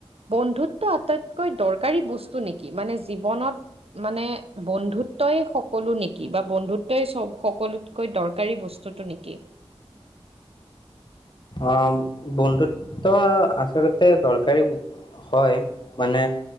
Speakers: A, on the right; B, on the left.
A: বন্ধুত্ব আটাইতকৈ দৰকাৰী বস্তু নেকি? মানে জীৱনত মানে বন্ধুত্বই সকলো নেকি বা বন্ধুত্বই চ সকলোতকৈ দৰকাৰী বস্তু চুটো নেকি?
B: অ' বন্ধুত্ব আচলতে দৰকাৰী হয় মানে